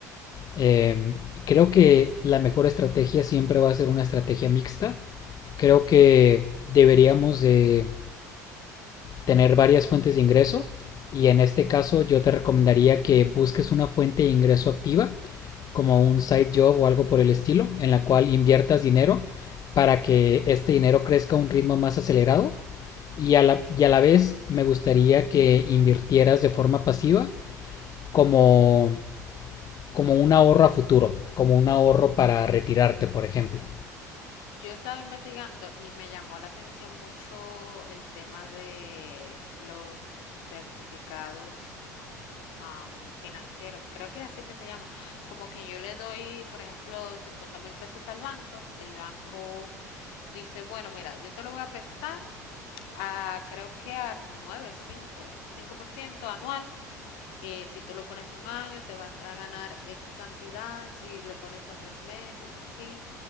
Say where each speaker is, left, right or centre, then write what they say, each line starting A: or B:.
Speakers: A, on the left (about 40°); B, on the left (about 65°).
A: em, creo que la mejor estrategia siempre va a ser una estrategia mixta. Creo que deberíamos de tener varias fuentes de ingreso y en este caso yo te recomendaría que busques una fuente de ingreso activa como un side job o algo por el estilo en la cual inviertas dinero para que este dinero crezca a un ritmo más acelerado y a la, y a la vez me gustaría que invirtieras de forma pasiva como, como un ahorro a futuro, como un ahorro para retirarte, por ejemplo.
B: Yo estaba investigando y me llamó la atención mucho el tema de los certificados am, financieros. Creo que así que se llama. Como que yo le doy, por ejemplo, 50 mil pesos al banco. El banco dice, bueno, mira, yo te lo voy a prestar a creo que a 9, 5, ciento anual. Eh, si tú lo pones un año, te vas a ganar X cantidad, si lo pones a tres meses, así,